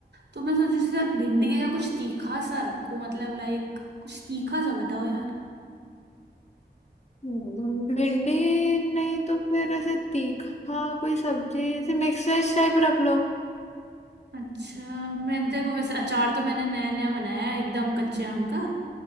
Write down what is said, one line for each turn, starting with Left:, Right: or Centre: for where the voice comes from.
Right: तो मैं सोची उसके साथ भिंडी या कुछ तीखा सा रखूं मतलब लाइक कुछ तीखा सा बताओ यार
Left: हम्म, भिंडी नहीं तो फिर ऐसे तीखा कोई सब्जी ऐसे मिक्स वेज टाइप रख लो
Right: अच्छा मैंने देखो वैसे अचार तो मैंने नया नया बनाया है, एकदम कच्चे आम का